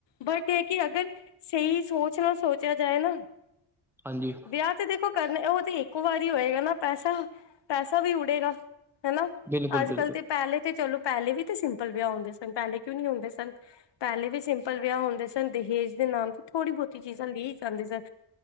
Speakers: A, on the left (about 75°); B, in the centre.
A: ਬਟ ਇਹ ਕਿ ਅਗਰ ਸਹੀ ਸੋਚ ਨਾਲ ਸੋਚਿਆ ਜਾਏ ਨਾ
B: ਹਾਂਜੀ।
A: ਵਿਆਹ ਤੇ ਦੇਖੋ ਕਰਨੇ ਉਹ ਤੇ ਇੱਕੋ ਵਾਰੀ ਹੋਏਗਾ ਨਾ ਪੈਸਾ, ਪੈਸਾ ਵੀ ਉਡੇਗਾ। ਹਨਾਂ,
B: ਬਿਲਕੁਲ
A: ਅੱਜ-ਕੱਲ
B: ਬਿਲਕੁਲ
A: ਤੇ ਪਹਿਲੇ ਤੇ ਚਲੋ। ਪਹਿਲੇ ਵੀ ਤਾਂ ਸਿੰਪਲ ਵਿਆਹ ਹੁੰਦੇ ਸਨ, ਪਹਿਲੇ ਕਿਉਂ ਨੀ ਹੁੰਦੇ ਸਨ, ਪਹਿਲੇ ਵੀ ਸਿੰਪਲ ਵਿਆਹ ਹੁੰਦੇ ਸਨ, ਦਹੇਜ ਦੇ ਨਾਮ ਤੋਂ ਥੋੜ੍ਹੀ ਬਹੁਤੀ ਚੀਜ਼ਾਂ ਲਈ ਜਾਂਦੇ ਸਨ।